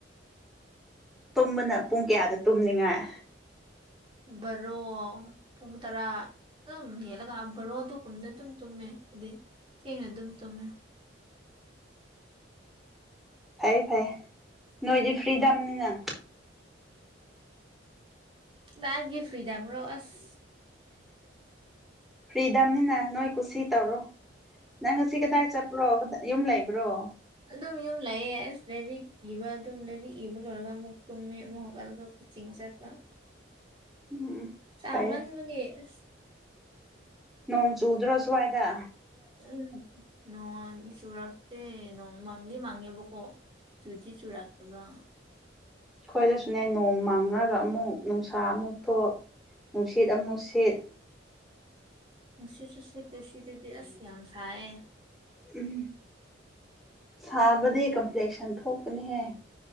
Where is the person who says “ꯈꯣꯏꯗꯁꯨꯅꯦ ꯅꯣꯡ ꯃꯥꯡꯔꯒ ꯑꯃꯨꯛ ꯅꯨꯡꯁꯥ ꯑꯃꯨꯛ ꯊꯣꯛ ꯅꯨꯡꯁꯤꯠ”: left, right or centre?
Centre